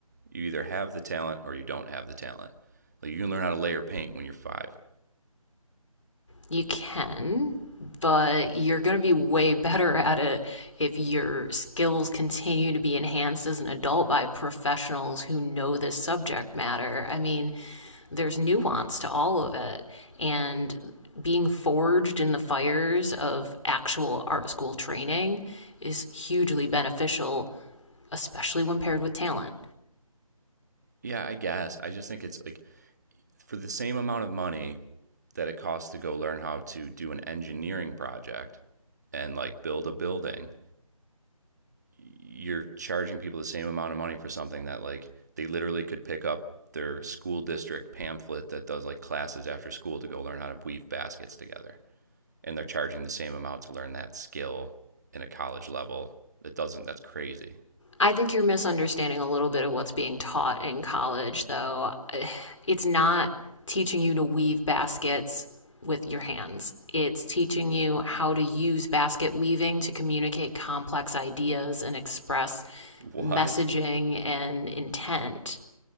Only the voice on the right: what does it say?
You either have the talent or you don't have the talent. Like, you can learn how to layer paint when you're five.
Yeah, I guess. I just think it's like for the same amount of money that it costs to go learn how to do an engineering project and like build a building, you're charging people the same amount of money for something that like they literally could pick up their school district pamphlet that does like classes after school to go learn how to weave baskets together. And they're charging the same amount to learn that skill in a college level. That doesn't that's crazy.
What?